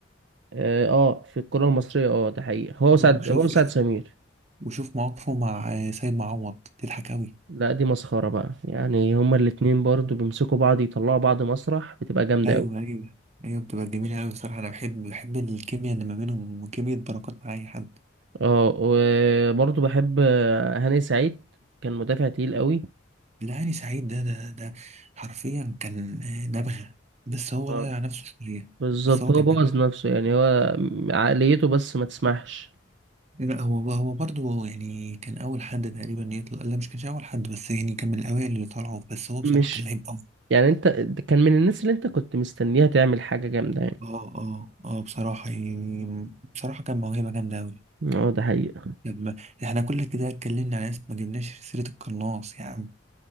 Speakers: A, on the right; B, on the right.
A: اه آه، في الكرة المصرية اه ده حقيقة هو سعد
B: وشوف
A: هو سعد
B: شوف
A: سمير
B: وشوف مواقفه مع سيد معوض تضحك قوي
A: لا دي مسخرة بقى يعني هما الاتنين برضه بيمسكوا بعض يطلعوا بعض مسرح بتبقى جامدة
B: ايوه
A: أوي
B: ايوه ايوه بتبقى جميلة قوي بصراحة انا بحب بحب الكيمياء اللي ما بينهم وكيمياء بركات مع اي حد
A: اه وبرضه بحب هاني سعيد كان مدافع تقيل أوي
B: لا هاني سعيد ده ده ده حرفيا كان آه، نبغة بس هو
A: اه
B: ضيع نفسه شوية
A: بالظبط
B: بس هو
A: هو
B: كان
A: بوظ
B: نبغة
A: نفسه يعني هو عقليته بس ما تسمحش
B: لا هو هو برضه يعني كان أول حد تقريبا يطلع لا مش كانش أول حد بس يعني كان من الأوائل اللي طلعوا بس هو بصراحة
A: مش
B: كان لعيب أوي
A: يعني انت كان من الناس اللي انت كنت مستنيها تعمل حاجة جامدة يعني
B: اه اه اه بصراحة يعني بصراحة كان موهبة جامدة أوي
A: اه ده حقيقة
B: لما احنا كل كده اتكلمنا على ناس ما جبناش سيرة القناص يا عم